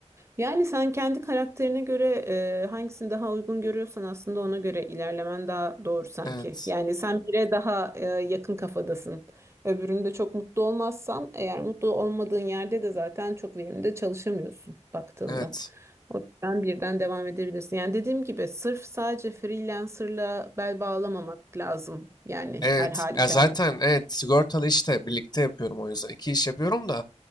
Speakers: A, on the right (about 20°); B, on the left (about 35°).
A: Yani sen kendi karakterine göre e, hangisini daha uygun görüyorsan aslında ona göre ilerlemen daha doğru sanki.
B: Evet.
A: Yani sen bire daha e, yakın kafadasın. Öbüründe çok mutlu olmazsan eğer mutlu olmadığın yerde de zaten çok verimli de çalışamıyorsun baktığında.
B: Evet.
A: O yüzden birden devam edebilirsin. Yani dediğim gibi sırf sadece freelancerla bel bağlamamak lazım. Yani
B: Evet.
A: her halükarda.
B: Ya zaten evet sigortalı işte birlikte yapıyorum o yüzden. iki iş yapıyorum da